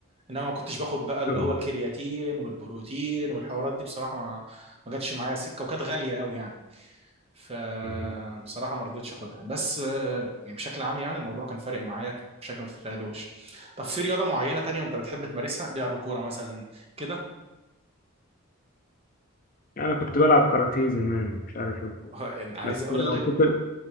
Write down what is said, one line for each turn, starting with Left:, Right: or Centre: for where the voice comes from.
Right: انما ما كنتش باخد بقى اللي
Left: طب.
Right: هو الكرياتين والبروتين والحوارات دي بصراحة ما ما جاتش معايا سكة وكانت غالية قوي يعني فبصراحة
Left: مم.
Right: ما رضيتش اخدها بس آه، يعني بشكل عام يعني الموضوع كان فارق معايا بشكل ما تتخيلوش طب في رياضة معينة تانية انت بتحب تمارسها لعب كورة مثلا كده
Left: يعني كنت بلعب كاراتيه زمان مش عارف ايه وكده.
Right: <laughs> أنا عايز
Left: بس
Right: اقول
Left: وصلت
Right: لك